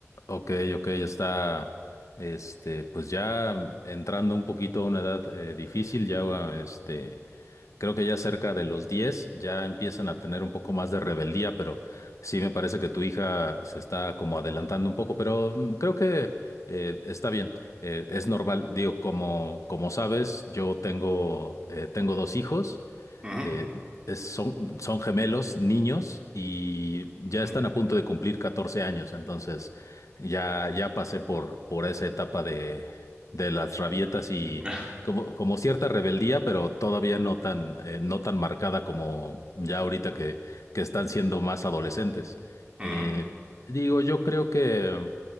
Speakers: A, on the left; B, on the right.
A: ok, ok, está, este, pues ya entrando un poquito a una edad eh, difícil, ya, este, Creo que ya cerca de los 10 ya empiezan a tener un poco más de rebeldía, pero sí me parece que tu hija se está como adelantando un poco, pero mm, creo que eh, está bien, eh, es normal. Digo, como, como sabes, yo tengo, eh, tengo dos hijos
B: Ujú,
A: eh, es- son, son gemelos, niños, y ya
B: Mm.
A: están a punto de cumplir 14 años, entonces ya, ya pasé por, por esa etapa de, de las rabietas y
B: <laughs>
A: como, como cierta rebeldía, pero todavía no tan, eh, no tan marcada como ya ahorita que, que están siendo más adolescentes.
B: ujú,
A: Eh, digo, yo creo que